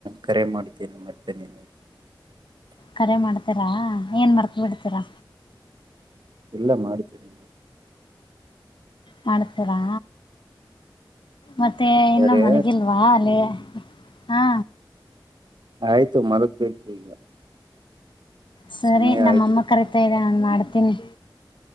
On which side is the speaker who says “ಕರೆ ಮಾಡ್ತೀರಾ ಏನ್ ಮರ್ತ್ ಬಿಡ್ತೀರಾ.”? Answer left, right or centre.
Left